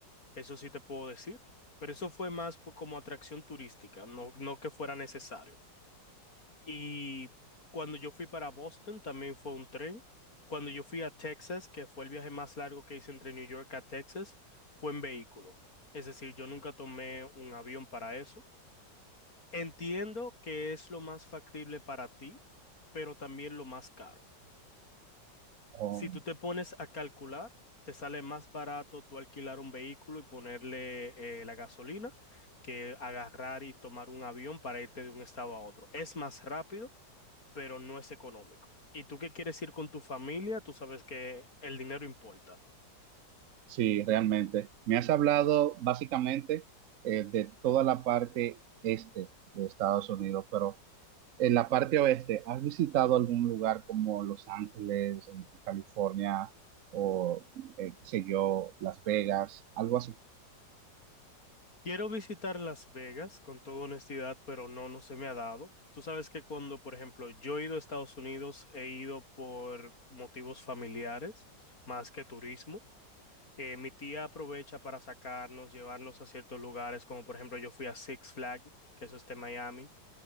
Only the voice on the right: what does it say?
O
Sí, realmente. Me has hablado básicamente eh, de toda la parte este de Estados Unidos, pero en la parte oeste, ¿has visitado algún lugar como Los Ángeles, en California, o eh, qué sé yo, Las Vegas, algo así?